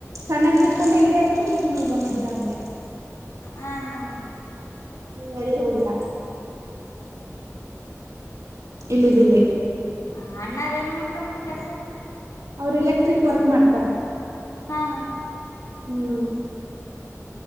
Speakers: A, on the right (about 75°); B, on the left (about 80°).
A: ಸಣ್ಣಕ್ಕ ಹಿಡ್ಕೊಂಡು ಎಲ್ಲಿ ಅದನ್ನ ಈಗನ ಇಲ್ಲ ಮದ ಆಗ್ಬೇಕು
B: ಹ್ಮ್ ಹ್ಮ್ ಹ
A: ಹ್ಮ್ ಅಲ್ಲಿ ಹೋಗಿಲ್ಲ
B: ಹ್ಮ್
A: ಇಲ್ಲಿದ್ದಿಲ್ಲ
B: ಹ ಅಣ್ಣಾರ ಏನು ಮಾಡ್ತಾರಕ್ಕ ಕೆಲ್ಸ
A: ಅವರು ಎಲೆಕ್ಟ್ರಿಕ್ ವರ್ಕ್ ಮಾಡ್ತಾರ
B: ಹಾ ಹಾ
A: ಹ್ಮ್